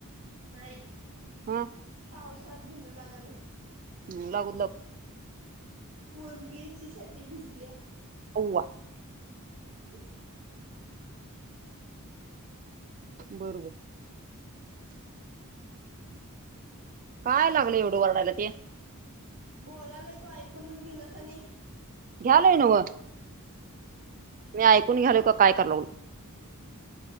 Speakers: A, on the right; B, on the right.
A: नाही
B: हा
A: पावसात धुन लागालय.
B: हम लागूदे लागू दे
A: पोरग्याची चड्डी भिजल्या.
B: अवा.
A: <unintelligible>
B: बरोबर. काय लागल एवढं वरडायला ते.
A: बोलालाय तू ऐकूनच घेईनास आणि
B: घ्यालोय नव मी ऐकून घ्यायलोय का काय करायलोय.